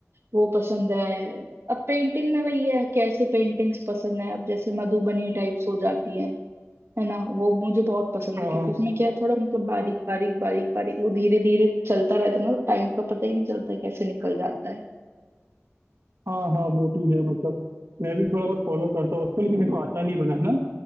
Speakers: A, on the right; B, on the right.
A: वो पसंद है अब पेंटिंग में वही है कैसी पेंटिंग्स पसंद है अब जैसे मधुबनी टाइप्स हो जाती है है ना वो मुझे बहुत पसंद
B: हाँ
A: है क्योंकि
B: हाँ
A: उसमें क्या है थोड़ा मतलब बारीक बारीक बारीक बारीक वो धीरे धीरे चलता रहता है ना तो टाइम का पता ही नहीं चलता कैसे निकल जाता है
B: हाँ हाँ, वो भी है मतलब मैं भी थोड़ा बहुत फॉलो करता हूँ उसको लेकिन मेरे को आता नहीं बनाना